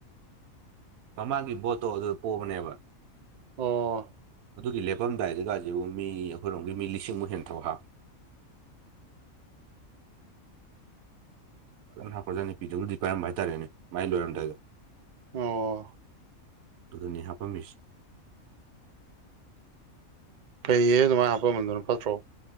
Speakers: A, on the right; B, on the right.
A: ꯃꯃꯥꯡꯒꯤ ꯕꯣꯠꯇꯣ ꯑꯗꯨꯗ ꯄꯣꯕꯅꯦꯕ
B: ꯑꯣ
A: ꯑꯗꯨꯒꯤ ꯂꯦꯞꯄꯝꯗꯥꯏꯗꯒꯥꯁꯤꯕꯨ ꯃꯤ ꯑꯩꯈꯣꯏꯔꯣꯝꯒꯤ ꯃꯤ ꯂꯤꯁꯤꯡꯃꯨꯛ ꯍꯦꯟ ꯊꯕꯛ ꯍꯥꯞꯄꯦ ꯐꯖꯅ ꯍꯥꯞꯈ꯭ꯔꯖꯥꯠꯅꯤ ꯄꯤꯗꯕꯂꯤꯌꯨꯗꯤ ꯄꯥꯏꯔꯝꯕ ꯍꯥꯏꯇꯥꯔꯦꯅꯦ ꯃꯥꯏ ꯂꯣꯏꯔꯝꯗꯥꯏꯗ
B: ꯑꯣ
A: ꯑꯗꯨꯗꯅꯤ ꯍꯥꯞꯄꯝꯃꯤꯁꯤ
B: ꯐꯩꯌꯦ ꯑꯗꯨꯃꯥꯏ ꯍꯥꯞꯄꯝꯕꯗꯨꯅ ꯐꯠꯇ꯭ꯔꯣ